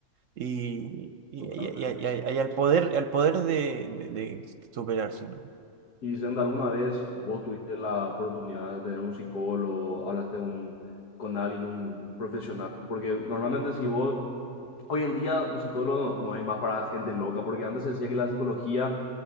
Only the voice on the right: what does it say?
y, y,
y- y- y- y al poder, al poder de, de- de superarse, ¿no?